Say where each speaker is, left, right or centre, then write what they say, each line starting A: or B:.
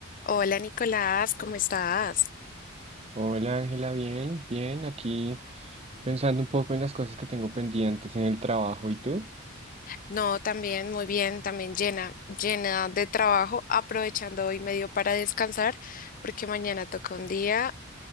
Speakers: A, on the left; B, on the right.
A: Hola Nicolás, ¿cómo estás?
B: Hola Ángela, bien, bien, aquí pensando un poco en las cosas que tengo pendientes en el trabajo. ¿Y tú?
A: No, también muy bien, también llena, llena de trabajo, aprovechando hoy medio para descansar, porque mañana toca un día